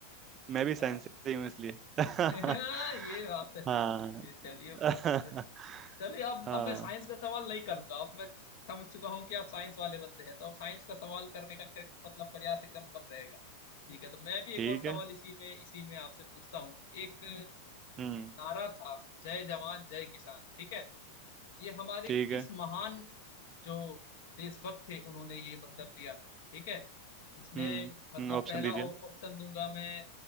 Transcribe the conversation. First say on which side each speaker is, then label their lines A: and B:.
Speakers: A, on the right; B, on the left.
A: मैं भी
B: क्या
A: साइंस से ही हूँ इसलिए <laughs>
B: <laughs> ये बात है
A: हाँ
B: ये चलिए
A: <laughs>
B: बहुत अच्छा चलिए अब
A: हाँ
B: अब मैं साइंस का सवाल नहीं करूंगा अब मैं समझ चुका हूँ कि आप साइंस वाले बंदे हैं तो अब साइंस का सवाल करने का फिर मतलब प्रयास एकदम कम रहेगा ठीक है तो मैं भी एक
A: ठीक
B: और सवाल
A: है
B: इसी में इसी में आपसे पूछता हूँ एक
A: हम्म
B: नारा था जय जवान जय किसान ठीक है ये हमारे
A: ठीक
B: किस
A: है
B: महान जो देशभक्त थे उन्होंने ये मतलब दिया ठीक है इसमें
A: हम्म
B: मतलब
A: हम्म, ऑप्शन
B: पहला
A: दीजिए
B: ऑ- ऑप्शन दूंगा मैं